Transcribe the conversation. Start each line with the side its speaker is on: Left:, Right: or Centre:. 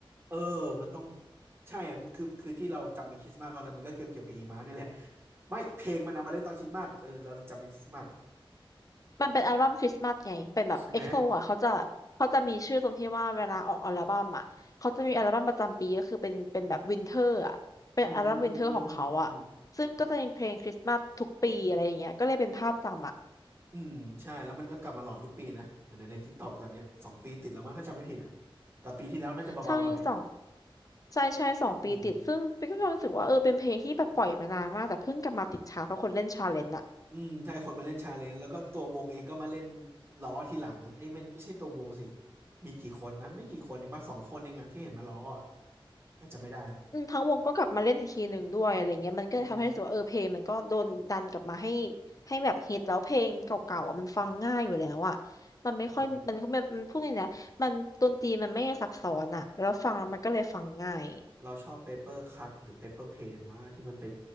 Right: เออมันต้องใช่อ่ะคือคือที่เราจำเป็นคริสต์มาสมาเลยมันก็เกี่ยวเกี่ยวกับหิมะนี่แหละไม่เพลงมันเอามาเล่นตอนคริสต์มาสเออเราเลยจำเป็นคริสต์มาส
Left: มันเป็นอัลบั้มคริสต์มาสไงเป็นแบบเอ็กโซอ่ะเขาจะเขาจะมีชื่อตรงที่ว่าเวลาออกอัลบั้มอ่ะเขาจะมีอัลบั้มประจำปีก็คือเป็นเป็นแบบวินเทอร์อ่ะเป็นอัลบั้มวินเทอร์ของเขาอ่ะซึ่งก็จะมีเพลงคริสต์มาสทุกปีอะไรอย่างเงี้ยก็เลยเป็นภาพจำอ่ะ
Right: ใช่ไหมอืมอืมอืมอืมอืมอืมอืมใช่แล้วมันก็กลับมาหลอนทุกปีนะเหมือนในทิกตอกตอนเนี้ยสองปีติดแล้วมั้งถ้าจำไม่ผิดอ่ะแต่ปีที่แล้วน่าจะเบาๆหน่อย
Left: ใช่สองใช่ใช่สองปีติดซึ่งเป็นก็ความรู้สึกว่าเออเป็นเพลงที่แบบปล่อยมานานมากแต่เพิ่งกลับมาติดชาร์ตเพราะคนเล่นชาเลนจ์อ่ะ
Right: อืม อืมใช่คนมาเล่นชาเลนจ์แล้วก็ตัววงเองก็มาเล่นล้อทีหลังไอ้ยไม่ไม่ใช่ตัววงสิมีกี่คนนะไม่กี่คนเองป่ะสองคนเองอะที่เห็นมาล้ออะแต่จะไม่ได้แล้ว
Left: อืมทั้งวงก็กลับมาเล่นอีกทีหนึ่งด้วยอะไรเงี้ยมันก็ทำให้รู้สึกว่าเออเพลงมันก็โดนดันกลับมาให้
Right: อืม
Left: ให้แบบฮิตแล้วเพลงเก่าๆอ่ะมันฟังง่ายอยู่แล้วอ่ะมันไม่ค่อยมันก็มันมันพูดเลยนะมันดนตรีมันไม่ซับซ้อนอ่ะแล้วฟังแล้วมันก็เลยฟังง่าย
Right: อืมเราชอบเปเปอร์คัทหรือเปเปอร์เพนว่าที่มันไป